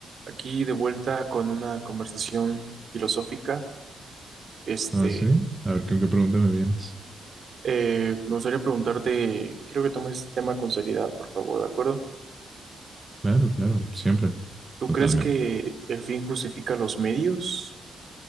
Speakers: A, on the right; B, on the right.
A: Aquí de vuelta con una conversación filosófica. Este,
B: Ah, sí. A ver, ¿con qué pregunta me vienes?
A: eh, me gustaría preguntarte, quiero que tomes este tema con seriedad, por favor, ¿de acuerdo?
B: Claro, claro, siempre.
A: ¿Tú
B: Totalmente.
A: crees que el fin justifica los medios